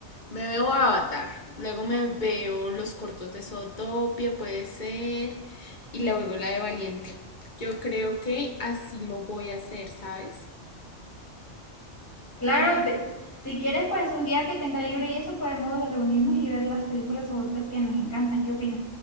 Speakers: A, on the left; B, on the left.
A: me veo a Avatar, luego me veo los cortos de Zootopia, puede ser, y luego la de Valiente. Yo creo que así lo voy a hacer, ¿sabes?
B: Claro, ve- si quieres, pues un día que tenga libre y eso podemos reunirnos y ver las películas favoritas que nos encantan. ¿Qué opinas?